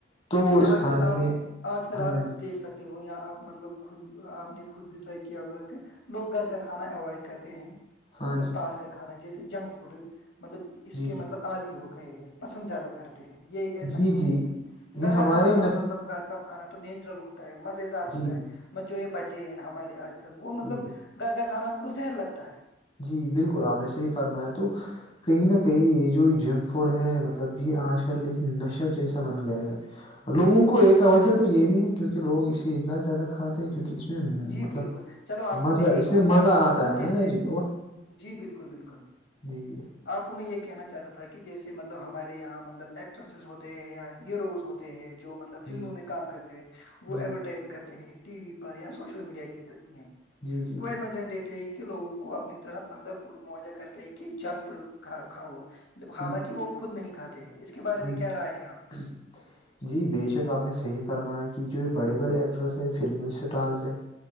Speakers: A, on the left (about 30°); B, on the left (about 80°).
A: تو وہ اس
B: آ
A: کھانے
B: کل آپ
A: میں
B: آج کل
A: ہاں
B: آپ دیکھ سکتے ہوں یا آپ مطلب خود آپ نے خود بھی ٹرائی کیا ہوگا کہ لوگ گھر کا کھانا اوائڈ کرتے ہیں
A: ہاں
B: مطلب
A: جی
B: باہر کا کھانا جیسے جنک فوڈ مطلب اس
A: جی
B: کے
A: جی
B: مطلب آلی ہو گئے ہیں پسند زیادہ کرتے ہیں یہ ایسا
A: جی
B: کیوں
A: جی
B: ہے
A: یہ
B: گھر
A: ہمارے
B: کا کانا
A: نش
B: مطلب گھر کا کھانا تو نیچرل ہوتا ہے مزے دار ہوتا
A: جی
B: ہے جو یہ بچے ہیں ہمارے آج کل وہ
A: جی
B: مطلب گھر کا کھانا ان کو صحر لگتا ہے
A: جی بالکل آپ نے صحیح فرمایا تو کہیں نہ کہیں یہ جو جنک فوڈ ہے مطلب یہ آج کل ایک نشہ جیسا بن گئے ہے لوگوں
B: جی بالکل
A: کو ایک تو وجہ تو یہ بھی ہے کیونکہ لوگ اسے اتنا ہی زیادہ کھاتے ہیں کیونکہ اس میں اس
B: جی
A: مطلب
B: بالکل چلو آپ کو
A: مزہ
B: ایک
A: اس میں
B: اور بات
A: مزہ
B: بتاتا
A: آتا
B: ہوں
A: ہے
B: جیسے
A: نا جی وہ
B: جی بالکل بالکل
A: جی جی
B: آپ کو میں یہ کہنا چاہتا تھا کہ جیسے مطلب ہمارے یہاں مطلب ایکٹریسز ہوتے ہیں یا ہیروز ہوتے ہیں جو مطلب
A: جی
B: فلموں
A: جی
B: میں کام کرتے ہیں وہ
A: جی
B: ایڈورٹائز کرتے ہیں ٹی وی پر یا س میڈیا کے میں
A: جی جی جی جی
B: وہ دیتے ہیں کہ لووں کو اپنی طرف مطلب موجہ کرتے ہیں کہ جنک فوڈ کھاؤ حالانکہ
A: جی
B: وہ خود نہیں کھاتے ہیں اس کے بارے
A: جی
B: میں کیا رائے ہے آپ کی
A: <unintelligible> جی بے شک آپ نے صحیح فرمایا کہ جو بڑے بڑے ایکٹرس ہیں فلمی اسٹارس ہیں